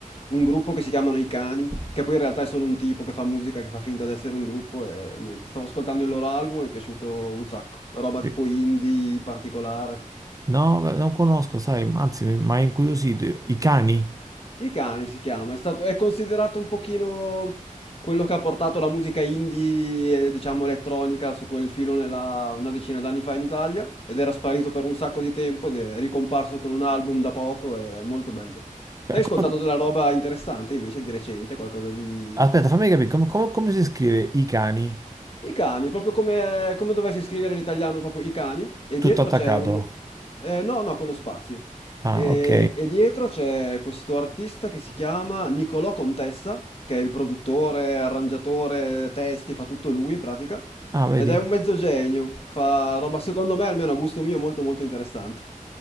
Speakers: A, on the left; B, on the right.
A: un gruppo che si chiamano I Cani, che poi in realtà è solo un tipo che fa musica, che fa finta di essere un gruppo e niente. Stavo ascoltando il loro album e mi è piaciuto un sacco. Roba
B: Che-
A: tipo indie particolare.
B: No, beh, non conosco, sai, anzi, mi mi ha incuriosito. I cani?
A: I cani si chiama, è stato, è considerato un pochino quello che ha portato la musica indie, e, diciamo elettronica, su quel filone là una decina d'anni fa in Italia ed era sparito per un sacco di tempo ed è ricomparso con un album da poco, è molto bello.
B: Beh,
A: Te hai
B: come-
A: ascoltato della roba interessante invece di recente, qualcosa di
B: Aspetta, fammi capire, come, come- come si scrive i cani?
A: i cani, proprio come, come dovessi scrivere in italiano, proprio i cani, e
B: Tutto
A: dietro
B: attaccato.
A: c'è un... eh, no, no, con lo spazio.
B: Ah,
A: E,
B: ok.
A: e dietro c'è questo artista che si chiama Nicolò Contessa, che è il produttore, arrangiatore, testi, fa tutto lui in pratica,
B: Ah, vedi?
A: ed è un mezzo genio, fa roba secondo me, almeno a gusto mio, molto molto interessante.